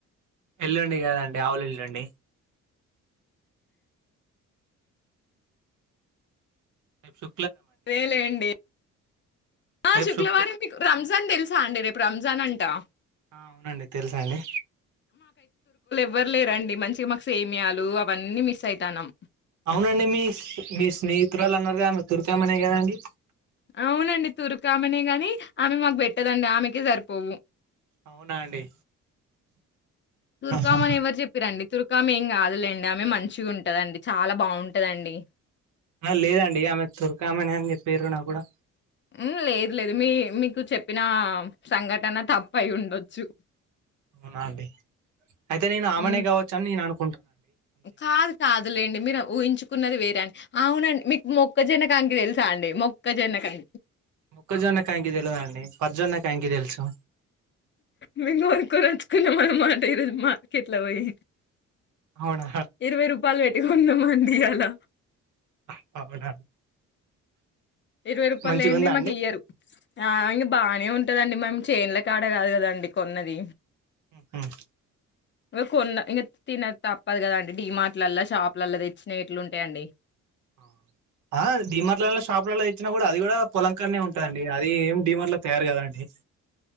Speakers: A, on the right; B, on the left.
A: ఎల్లుండి గాదండి ఆవుల ఎల్లుండి ఏక్ సౌ
B: దేలేండి ఆ
A: రేపు
B: శుక్లవారం
A: శుక్
B: మీకు రంజాన్ తెల్స్ సా అండి రేపు రంజాన్ అంటా
A: ఆ అవునండి తెలుసా అండి
B: వ్వరు లేరండి మంచిగా మాకు సేమియాలు అవన్నీ మిస్ ఐతాన్నాం
A: అవునండి మీ మీ స్నేహితురాలు అన్నారు కదా తుర్కామెనే కదాండి
B: అవునండి తురుకామెనే గాని ఆమె మాకు పెట్టదండి ఆమెకే సరిపోవు
A: అవునా అండి
B: తుర్కామని
A: ఆహా
B: ఎవరు చెప్పిరండి తుర్ కామేం కాదులేండి ఆమె మంచిగుంటదండి చాలా బాగుంటదండి
A: ఆ లేదండి ఆమె తురకామనే అని చెప్పిర్రు నాక్కూడా
B: ఉమ్ లేదు లేదు మీ మీకు చెప్పినా సంఘటన తప్పు అయ్యుండొచ్చు
A: అవునాండి అయితే నేను ఆమెనే
B: హ్మ్.
A: కావచ్చు అని నేను అను
B: కాదు కాదులేండి మీర ఊహించు కున్నది వేరన్ అవునండి మీక్ మొక్కజొన్న కంకి తెల్ సా అండి మొక్కజొన్న కం
A: మొక్కజొన్న కంకి తెలవదండి పజ్ జొన్న కంకి తెలుసు
B: మేము కొనుకో నచ్చుకున్నాం అన్నమాట ఈరోజు మార్కెట్లో పోయి
A: అవునా
B: ఇరవై రూపాయలు పెట్టి కొన్నాం అండి అలా
A: హ అవునా
B: ఇరవై రూపాయలు
A: మంచిగుందా
B: లేంది మాకు ఇయ్యరు ఆ ఇంగ బాగానే ఉంటదండి మేము చేన్ల కాడ కాదు కదండి కొన్నది
A: మ్మ్ హ్మ్
B: ఒ కొన్న ఇంకా తిన తప్పదు కదండి డి మార్ట్ లల్లో షాపులల్లా తెచ్చినవి ఎట్లు ఉంటాయండి.
A: అ ఆ డీ మార్ట్ లల్లో షాపులల్లో తెచ్చినా కూడా అది కూడా పొలంకాడనే ఉంటదండి, అది ఏం డీమార్ట్ లో తయారు కాదండి.